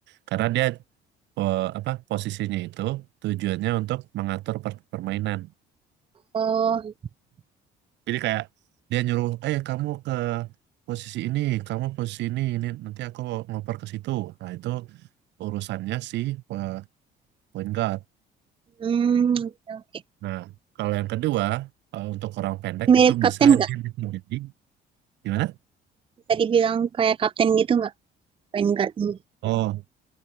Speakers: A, on the right; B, on the right.
A: Karena dia eh, apa posisinya itu tujuannya untuk mengatur per- permainan.
B: Oh,
A: Jadi kayak dia nyuruh, eh kamu ke posisi ini, kamu posisi ini, ini nanti aku ngoper ke situ. Nah itu urusannya si eh, point guard.
B: hmm, oke. oke.
A: Nah kalau yang kedua eh, untuk orang pendek
B: mirip
A: itu
B: kapten
A: bisa
B: nggak?
A: dia bisa jadi gimana?
B: Bisa dibilang kayak kapten gitu nggak? Point guardnya.
A: Oh